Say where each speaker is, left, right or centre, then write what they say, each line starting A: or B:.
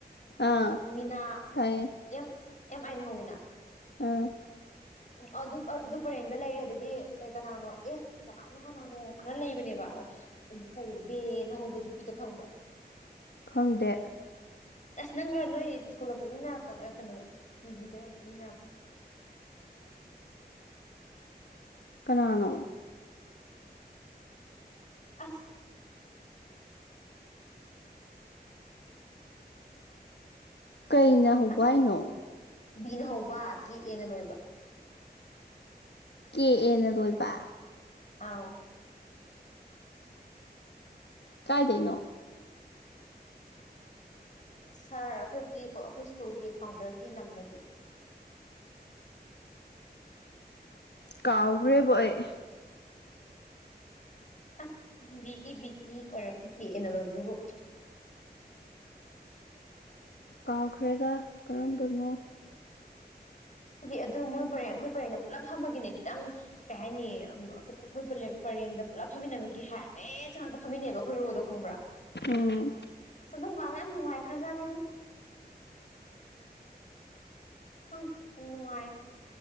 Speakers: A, on the left; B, on the left.
A: ꯑꯥ
B: ꯃꯤꯅꯥ
A: ꯈꯪꯉꯦ
B: ꯑꯦꯝ ꯑꯦꯝ ꯑꯥꯏꯅ ꯍꯧꯋꯤꯅ
A: ꯑꯥ
B: ꯎ ꯑꯗꯨ ꯑꯗꯨ ꯄꯔꯦꯡꯗ ꯂꯩꯔꯦ ꯑꯗꯨꯗꯤ ꯀꯩ ꯀꯅꯥꯅꯣ ꯑꯦꯁ ꯀꯅꯥꯅꯣ ꯀꯅꯥꯅꯣ ꯈꯔ ꯂꯩꯕꯅꯦꯕ ꯎ ꯀꯔꯤ ꯕꯦꯅ ꯍꯧꯕ ꯅꯨꯄꯤꯗꯣ ꯈꯪꯕ꯭ꯔ?
A: ꯈꯪꯗꯦ
B: ꯑꯁ ꯅꯪꯒ ꯅꯣꯏ ꯁ꯭ꯀꯨꯜꯒ ꯄꯨꯤꯃꯤꯟꯅꯔꯛꯄꯅꯦ ꯀꯩꯅꯣ ꯇꯤ ꯖꯤꯗ ꯑꯣꯏꯅ ꯄꯨꯤꯃꯤꯟꯅꯔꯛꯄꯅꯦ꯫
A: ꯀꯅꯥꯅꯣ
B: ꯑꯁ
A: ꯀꯩꯅ ꯍꯧꯕ
B: ꯑꯁ
A: ꯍꯥꯏꯅꯣ꯫
B: ꯕꯤꯅ ꯍꯧꯕ ꯀꯦ ꯑꯦꯅ ꯂꯣꯏꯕ꯫
A: ꯀꯦ ꯑꯦꯅ ꯂꯣꯏꯕ
B: ꯑꯥꯎ
A: ꯀꯥꯏꯗꯩꯅꯣ
B: ꯁꯥꯔ ꯑꯩꯈꯣꯏꯒꯤ ꯑꯩꯈꯣꯏ ꯁ꯭ꯀꯨꯜꯒꯤ ꯐꯥꯎꯟꯗꯔꯒꯤ ꯂꯝꯗꯒꯤ
A: ꯀꯥꯎꯈ꯭ꯔꯦꯕꯣ ꯑꯩ
B: ꯑꯁ ꯕꯤꯛꯏ ꯕꯤꯛꯏ ꯑꯣꯏꯔꯛ ꯄ ꯀꯦꯑꯦꯅ ꯂꯣꯏꯔꯛꯄꯗꯨꯕꯨ
A: ꯀꯥꯎꯈ꯭ꯔꯦꯗ ꯀꯔꯝꯕꯅꯣ
B: ꯒꯤ ꯑꯗꯨ ꯃꯣꯏ ꯄꯔꯦꯡ ꯑꯩꯈꯣꯏ ꯄꯔꯦꯡ ꯄꯨꯂꯞ ꯐꯝꯕꯒꯤꯅꯦ ꯈꯤꯇꯪ ꯀꯩ ꯍꯥꯏꯅꯤ <unintelligible> ꯑꯩꯈꯣꯏ ꯄꯔꯦꯡꯗ ꯄꯨꯂꯞ ꯐꯝꯃꯤꯟꯅꯕꯒꯤ ꯍꯥꯏ ꯑꯦ ꯆꯥꯡꯗ ꯐꯝꯃꯤꯅꯦꯕ ꯑꯈꯣꯏ ꯔꯣꯗꯣ ꯈꯪꯕ꯭ꯔꯥ
A: ꯎꯝ
B: ꯁꯨꯗꯨꯝꯕ ꯌꯥꯝ ꯅꯨꯡꯉꯥꯏꯈ꯭ꯔꯖꯥꯠꯅꯤꯉꯣ ꯈꯪꯗꯦ ꯌꯥꯝ ꯅꯨꯡꯉꯥꯏ